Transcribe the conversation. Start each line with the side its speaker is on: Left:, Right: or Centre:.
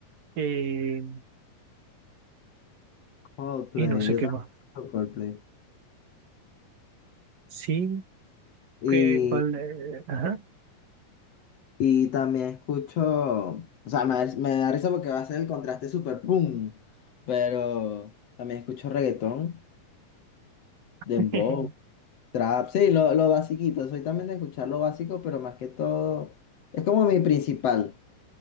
Right: Eh,
Left: Coldplay,
Right: y no sé
Left: yo
Right: qué
Left: también
Right: más.
Left: escucho Coldplay.
Right: Sí,
Left: Y,
Right: que cuál. eh, ajá.
Left: y también escucho, o sea, me, da- me da risa porque va a ser el contraste super boom, pero también escucho reggaetón,
Right: <laughs>
Left: dembow, trap, sí, lo, lo basiquito, soy también de escuchar lo básico, pero más que todo, es como mi principal,